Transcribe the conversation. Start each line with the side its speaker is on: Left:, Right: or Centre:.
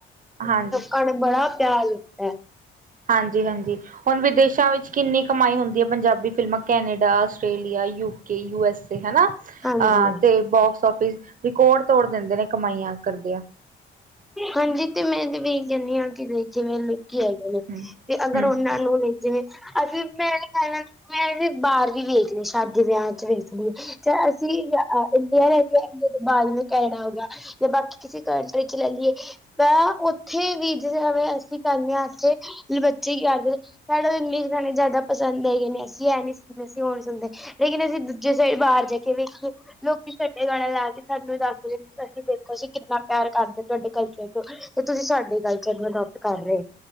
Right: ਹਾਂਜੀ'
Centre: ਭਾਵੇ ਬੜਾ ਪਿਆਰ ਲੱਗਦਾ ਏ
Right: ਹਾਂਜੀ ਹਾਂਜੀ ਹੁਨ ਵਿਦੇਸ਼ਾਂ ਵਿੱਚ ਕਿੰਨੀ ਕਮਾਈ ਹੁੰਦੀ ਆ ਪੰਜਾਬੀ ਫਿਲਮਾਂ Canada Australia UK U S A ਹੈਨਾ
Centre: ਹਾਂਜੀ
Right: ਹਾਂ ਤੇ ਬੋਕਸ ਔਫਿਸ ਰਿਕੋੜ ਤੋੜ ਦਿੰਦੇ ਨੇ ਕਮਾਈਆਂ ਕਰਦੇਆਂ
Centre: ਹਾਂਜੀ ਤੇ ਮੈਂ ਤੇ ਵੀ ਏਹੀ ਕਹਿੰਨੀ ਆ ਕਿ ਜਿਵੇਂ <unintelligible> ਜਾ
Right: ਹੂੰ।
Centre: ਤੇ ਅਗਰ
Right: ਹੂੰ-ਹੂੰ
Centre: ਉਹਨਾਂ ਲੋਨ ਏ ਲਈ ਜਿਵੇਂ ਅਸੀਂ ਮੈਂ ਕਹਿਨਾ ਮੈਂ ਵੀ ਬਾਹਰ ਵੀ ਵੇਖ ਨੀ ਸਕਦੀ ਵਿਆਹ 'ਚ ਵੇਖ ਲਈਏ। -ਚ ਅਸੀਂ, ਅ ਇੰਡੀਆ ਰਹਿ ਗਿਆ ਇੰਡੀ ਤੋਂ ਬਾਅਦ ਵੀ ਕੈਨੇਡਾ ਹੋਗਿਆ ਤੇ ਬਾਕੀ ਕਿਸੇ ਕੰਟਰੀ ਲੈ ਲਈਏ ਤਾਂ ਉੱਥੇ ਵੀ ਜੇ ਅਸੀਂ ਕਹਿੰਦੇ ਹਾਂ ਇੱਥੇ ਬੱਚੇ ਕੀ ਕਰਦੇ ਨੇ ਸਾਡਾ ਇੰਗਲਿਸ਼ ਗਾਨੇਜ਼ਿਆਦਾ ਪਸੰਦ ਹੈਗੇ ਨੇ। ਅਸੀਂ ਐ ਨੀ ਸੁਨਦੇ, ਅਸੀਂ ਓ ਨੀ ਸੁਨਦੇ ਲੇਕਿਨ ਅਸੀਂ ਦੂਜੇ ਸਾਈਡ ਬਾਹਰ ਜਾ ਕੇ ਵੇਖੀਏ ਲੋਕੀ ਸਾਡੇ ਗਾਨੇ ਲਾ ਕੇ ਸਾਨੂੰ ਦੱਸ ਰਹੇ, ਅਸੀਂ ਦੇਖੋ ਜੀ ਕਿੰਨਾ ਪਿਆਰ ਕਰਦੇ ਤੁਹਾਡੇ ਕਲਚਰ ਤੋਂ ਤੇ ਤੁਸੀਂ ਸਾਡੇ ਕਲਚਰ ਨੂੰ ਅਡੋਪਟ ਕਰ ਰਹੇ